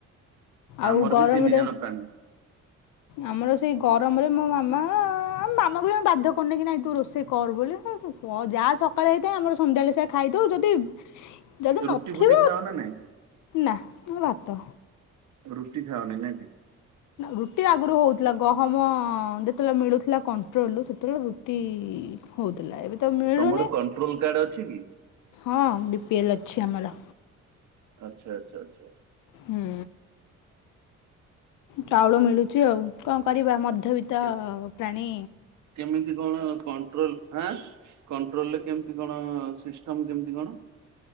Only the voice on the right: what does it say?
ଆମର
ବି ତିନି ଜଣ ପ୍ରାଣୀ
ରୁଟି
ଫୁଟି ଖାଅ ନା ନାଇଁ?
ରୁଟି ଖାନି ନାକି?
ତମର କଣ୍ଟ୍ରୋଲ କାର୍ଡ ଅଛି କି?
ଆଚ୍ଛା ଆଚ୍ଛା ଆଚ୍ଛା।
କେ
କେମିତି କଣ କଣ୍ଟ୍ରୋଲ ଆଁ କଣ୍ଟ୍ରୋଲରେ କେମିତି କଣ ସିଷ୍ଟମ୍ କେମିତି କଣ?